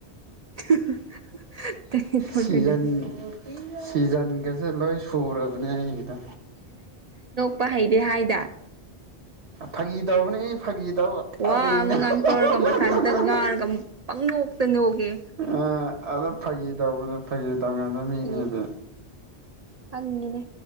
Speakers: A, on the right; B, on the right.
A: <unintelligible>
B: ꯁꯤꯖꯟ
A: ꯇ꯭ꯋꯦꯟꯇꯤ ꯐꯣꯔ
B: ꯁꯤꯖꯟꯒꯁꯦ ꯂꯣꯏ ꯁꯨꯔꯕꯅꯦ ꯑꯩꯒꯤꯗꯣ
A: ꯄ ꯍꯩꯗꯦ ꯍꯥꯏꯗ
B: ꯐꯥꯒꯤ ꯇꯧꯕꯅꯦ ꯐꯥꯒꯤ ꯇꯧ ꯀꯔꯤꯅꯣ
A: ꯋꯥ ꯑꯃ ꯉꯥꯡꯊꯣꯛꯔꯒ
B: ꯍꯨꯡ ꯍꯨꯡ
A: ꯃꯊꯟꯇ ꯉꯥꯡꯔꯒ
B: ꯍꯨꯡ
A: ꯄꯪꯅꯣꯛꯇ ꯅꯣꯛꯑꯦ
B: ꯑ ꯑꯗꯣ ꯐꯥꯒꯤ ꯇꯧꯕꯅꯦ ꯐꯥꯒꯤ ꯇꯧꯅꯕ ꯃꯤꯅꯦꯗꯤ
A: ꯎꯝ ꯈꯪꯉꯤꯅꯦ